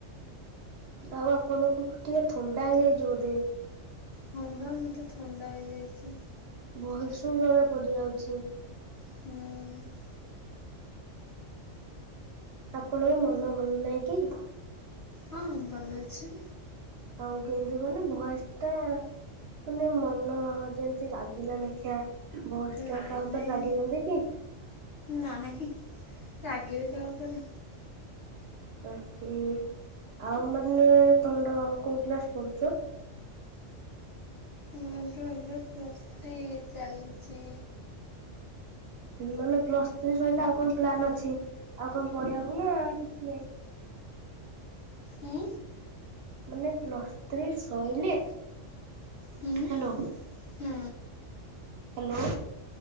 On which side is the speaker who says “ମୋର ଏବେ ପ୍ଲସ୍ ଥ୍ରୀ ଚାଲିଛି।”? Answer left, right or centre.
Left